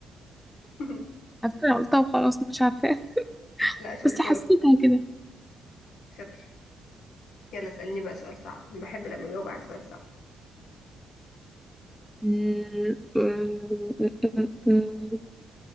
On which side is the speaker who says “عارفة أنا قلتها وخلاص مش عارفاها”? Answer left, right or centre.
Centre